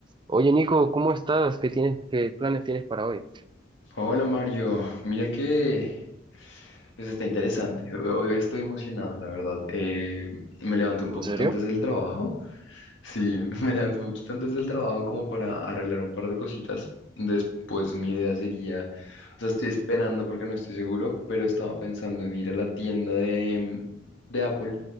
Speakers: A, on the right; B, on the left.
A: Oye, Nico, ¿cómo estás? ¿Qué tienes, qué planes tienes para hoy?
B: Hola Mario, mira que pues está interesante. Hoy hoy estoy emocionado, la verdad. Eh, me levanté un
A: ¿En
B: poquito
A: serio?
B: antes del trabajo. Sí, <laughs> me levanté un poquito antes del trabajo como para arreglar un par de cositas. Después mi idea sería, o sea, estoy esperando porque no estoy seguro, pero estaba pensando en ir a la tienda de, em, de Apple